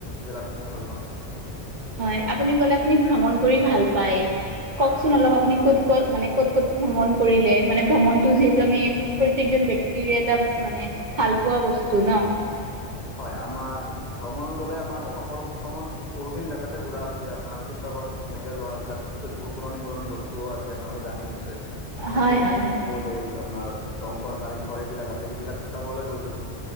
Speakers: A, on the left; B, on the right.
A: বিলাক কিনিও ভাল পাওঁ।
B: হয়, আপুনি ক'লে আপুনি ভ্ৰমণ কৰি ভাল পায়,
A: হয়
B: কওঁকচোন অলপ আপুনি ক'ত ক'ত মানে, ক'ত ক'ত ভ্ৰমণ কৰিলে। মানে ভ্ৰমণতটো যিহেতু আমি প্ৰত্যকজন ব্যক্তিৰে এটা মানে ভালপোৱা বস্তু ন।
A: হয়, আমাৰ ভ্ৰমণ গ'লে আমাৰ অসমৰ অসমত বহুখিনি জেগাতে ঘূৰা হৈছে। আপোনাৰ শিৱসাগৰ এনেকে যোৱা হৈছে। তাত বহুত পুৰণি পুৰণি বস্তুও আছে। আপোনালোকে জানেই নিশ্চয়।
B: হয়
A: তাতে
B: হয় হয়
A: সেইবোৰত দৌল, আপোনাৰ ৰংঘৰ, কাৰেংঘৰ সেইবিলাক আছে, সেইবিলাক চাবলৈ গৈছিলোঁ।